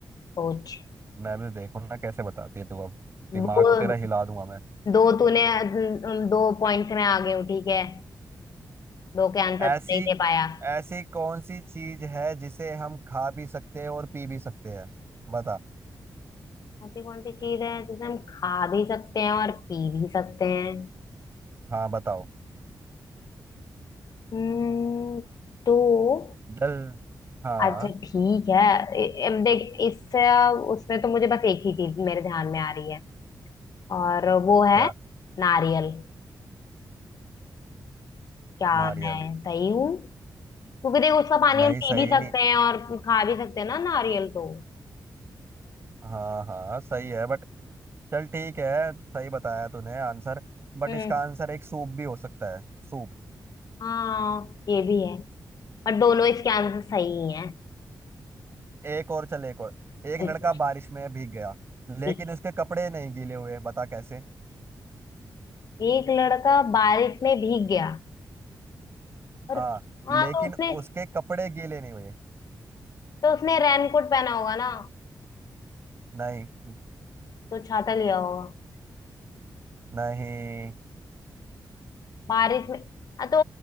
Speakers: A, on the left; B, on the right.
A: पूछ
B: मैं भी देखूँ ना कैसे बताती है तू अब दिमाग
A: दो
B: तो तेरा हिला दूंगा मैं
A: दो तूने अम, दो पॉइंट से मैं आगे हूँ ठीक है दो के आंसर
B: ऐसी
A: नहीं दे पाया
B: ऐसी कौन सी चीज है जिसे हम खा भी सकते हैं और पी भी सकते हैं बता
A: ऐसी कौन सी चीज है जिसे हम खा भी सकते हैं और पी भी सकते हैं
B: हाँ बताओ
A: हम्म, तो
B: जल हाँ
A: अच्छा ठीक है ए- अब देख इस उसमें तो मुझे बस एक ही चीज मेरे ध्यान में आ रही है और वो है
B: क्या
A: नारियल क्या
B: नारियल
A: मैं सही हूँ क्योंकि देख उसका पानी
B: नहीं
A: हम पी
B: सही
A: भी
B: नहीं
A: सकते हैं और खा भी सकते हैं ना नारियल तो
B: हाँ हाँ सही है बट चल ठीक है सही बताया तूने आंसर बट
A: हम्म
B: इसका आंसर एक सूप भी हो सकता है सूप
A: हाँ ये भी है पर दोनों इसके आंसर सही ही हैं
B: एक और चल एक और एक
A: बिल्कुल
B: लड़का बारिश में भीग गया
A: ठीक
B: लेकिन उसके कपड़े नहीं गीले हुए बता कैसे
A: एक लड़का बारिश में भीग गया और
B: हाँ
A: हाँ
B: लेकिन
A: तो उसने
B: उसके कपड़े गीले नहीं हुए
A: तो उसने रेनकोट पहना होगा ना
B: नहीं
A: तो छाता लिया होगा
B: नहीं
A: बारिश में हाँ तो